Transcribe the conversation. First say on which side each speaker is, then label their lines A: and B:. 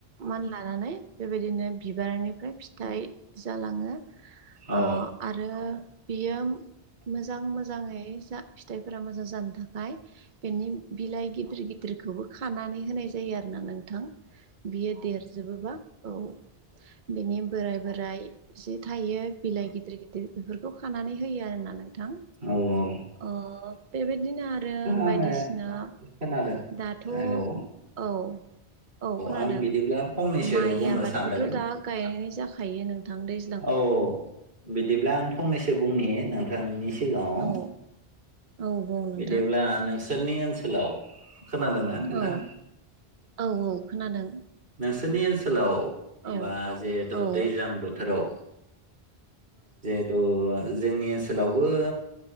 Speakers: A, on the right; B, on the right.
A: मानलानानै बेबायदिनो बिबारनिफ्राय फिथाइ जालाङो।
B: उम
A: ओ आरो बियो मोजां-मोजाङै जा फिथाइफोरा मोजां जानो थाखाय बेनि बिलाइ गिदिर-गिद दिरखौबो खानानै होनाय जायो आरोना नोंथां बियो देरजोबोबा औ बिनि बोराइ बोराइ जि थायो बिलाइ गिदिर-गिदिर दिर बेफोरखौ खानानै होयो आरोना नोंथां।
B: औ-औ।
A: अ बेबायदिनो आरो
B: आङो
A: बायदिसिना
B: खोनादों
A: दाथ'
B: हेलौ औ
A: औ। औ खोनादों
B: आं बिदिब्ला फंनैसो
A: माइ
B: बुंनो
A: आबादखौथ'
B: सानदों
A: दा गायनाय जाखायो नोंथां दै
B: औ-औ बिदिब्ला आं फंनैसो बुंनि नों नोंथांनि सिगाङाव
A: औ औ बुं नोंथां
B: बिदिब्ला नों सोरनि ओनसोलाव खोनादोंना? नोंथां
A: औ। औ-औ खोनादों।
B: नोंसोरनि ओनसोलाव
A: औ
B: बा जिहेथु
A: औ
B: दैज्लां बोथोराव जिहेथु जोंनि ओनसोलावबो